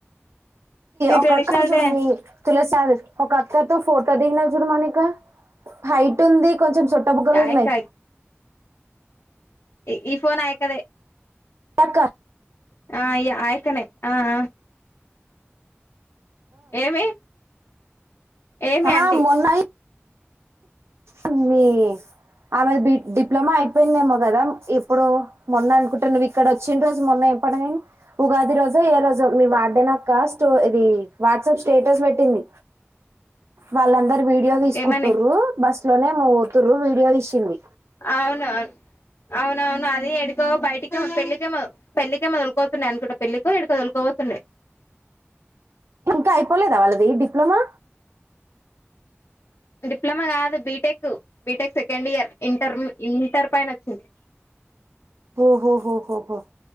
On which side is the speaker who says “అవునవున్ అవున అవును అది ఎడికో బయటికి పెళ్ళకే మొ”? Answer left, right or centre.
Left